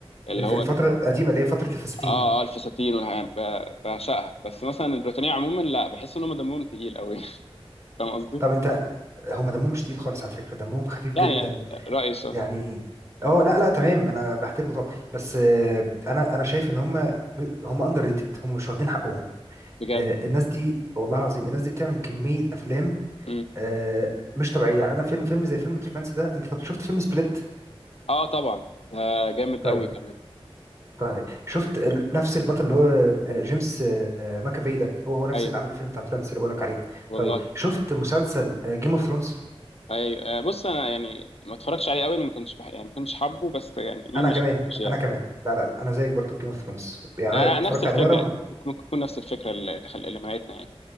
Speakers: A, on the left; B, on the right.
A: اللي
B: الف-
A: هو
B: الفتره القديمه اللي هي فتره الفساتين
A: آه آه الفساتين والحاجات ب- بعشقها بس مثلا البريطانية عموما لا بحس إن هم دمهم تقيل أوي <laughs> فاهم قصدي؟
B: طب انت هم دمهم مش تقيل خالص على فكره دمهم خفيف جدا
A: يعني رأيي الشخصي
B: يعني اه لا لا تمام انا بحترمه طبعا بس آه، انا انا شايف ان هم هم اندر ريتد هم مش واخدين حقهم
A: بجد
B: آه، الناس دي والله العظيم الناس دي بتعمل كمية افلام
A: مم.
B: آه، مش طبيعية يعني انا فيلم فيلم زي فيلم ترانس ده انت طب شفت فيلم سبليت
A: آه طبعا ده جامد
B: طيب
A: أوي كمان
B: طيب شفت ال- نفس البطل اللي هو آه، جيمس آه، آه، ماكافي ده هو هو نفس
A: أيوه
B: اللي عامل الفيلم بتاع ترانس اللي بقولك عليه
A: والله
B: طيب شفت مسلسل جيم اوف ثرونز
A: أي آه، بص انا يعني ما اتفرجش عليه قوي لأن ما كنتش بح... يعني ما كنتش حابه بس يعني مين
B: انا
A: ما
B: كمان
A: شافوش يعني
B: انا كمان لا لا لا، انا زيك برضو في جيم اوف ثرونز يعني
A: انا
B: انا اتفرجت
A: نفس الفكره
B: عليه مرة
A: ممكن تكون نفس الفكره اللي اللي خل... اللي منعتنا يعني